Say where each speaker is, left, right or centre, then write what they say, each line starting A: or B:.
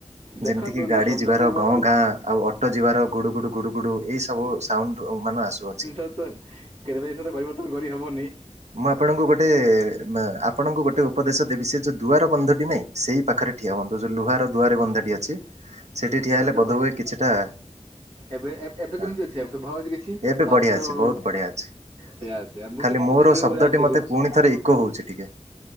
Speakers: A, on the right; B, on the right.
A: ଦେଖନ୍ତୁ
B: ଯେମିତି କିି, ଗାଡି
A: ଯେଉଁ ଶବ୍ଦକୁ
B: ଯିବାର
A: ମୁଁ
B: ଗ ଗାଁ, ଆଉ ଅଟୋ ଯିବାର ଗୁଡୁ ଗୁଡୁ ଗୁଡୁୁ ଗୁଡୁ ଏଇ ସବୁ ସାଉଣ୍ଡ ମାନ ଆସୁଅଛି।
A: <unintelligible> କେତେବେଳେ ଜିନଷ ତ ପରିବର୍ତନ କରି ହବନି?
B: ମୁଁ ଆପଣଙ୍କୁ ଗୋଟେ, ଆପଣଙ୍କୁ ଗୋଟେ ଉପଦେଶ ଦେବି, ସେ ଯେଉଁ ଦୁଆର ବନ୍ଧଟି ନାହିଁ, ସେଇ ପାଖରେ ଠିଆ ହୁଅନ୍ତୁ, ଯୋଉ ଲୁହାର ର ଦୁଆର ବନ୍ଧଟି ଅଛି, ସେଠି ଠିଆ
A: ଏବେ
B: ହେଲେ
A: ସବୁ
B: ବୋଧ ହୁଏ କିଛିଟା
A: ଏବେ ଏବେ
B: ହଁ
A: କେମିତି ଅ ସେ ଶୁଭା ଯାଉଛି କିଛି
B: ଏବେ
A: ପାଞ୍ଚଶହ,
B: ବଢ଼ିଆ ଅଛି ବହୁତ ବଢ଼ିଆ ଅଛି।
A: ସେୟା ମୁଁ
B: ଖାଲି
A: ଟିକେ
B: ମୋର
A: ପଛ ଶବଦ
B: ଶବ୍ଦଟି
A: ଟି
B: ମତେ
A: ମୋତେ ବହୁତ
B: ପୁଣି ଥରେ ଇକୋ ହଉଛି ଟିକେ